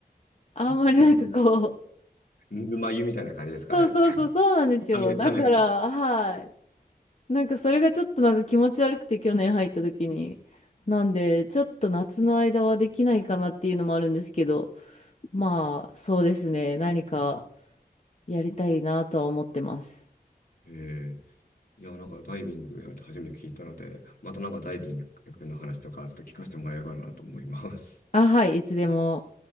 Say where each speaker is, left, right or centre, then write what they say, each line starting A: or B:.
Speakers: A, on the left; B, on the left.
A: あんまりなんかこう、
B: もうぬるま湯みたいな感じですかね。
A: <laughs> そうそうそう、そうなんですよ。
B: 冷め、
A: だから、
B: 冷めた。
A: はい。なんかそれがちょっとなんか気持ち悪くて去年入った時に。なんで、ちょっと夏の間はできないかなっていうのもあるんですけど、まあそうですね、何かやりたいなとは思ってます。
B: ええいや、なんかダイビングやるって初めて聞いたので、またなんかダイビングの話とかちょっと聞かせてもらえればなと思います。
A: あ、はい、いつでも。